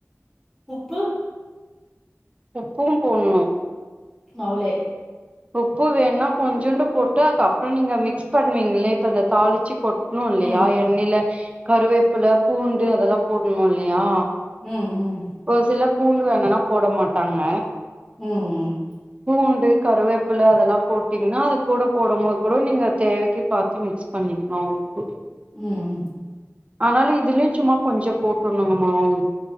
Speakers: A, in the centre; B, on the right.
A: உப்பு
B: உப்பு போட்ணு
A: மாவுலே
B: உப்பு வேணுனா கொஞ்சோண்டு போட்டு அதுக்கப்பற நீங்க மிக்ஸ் பண்ணுவீங்களே இப்ப இந்த தாளிச்சு கொட் ணு இல்லையா
A: ம் ம்
B: எண்ணெய்ல கருவேப்புல பூண்டு அதெல்லா போட்ணுல்லையா
A: ம் ம்
B: ஒரு சிலர் பூண்டு வேணானா போட மாட்டாங்க
A: ம் ம்
B: பூண்டு கருவேப்பில அதெல்லா போட்டீங்ன்னா அது கூட போடு போது கூட நீங்க தேவைக்கு பாத்து மிக்ஸ் தண்ணிக் மாவு உப்பு
A: ம்
B: ஆனாலு இதுலயு சும்மா கொஞ்சோ போட்டுணுங்க மாவு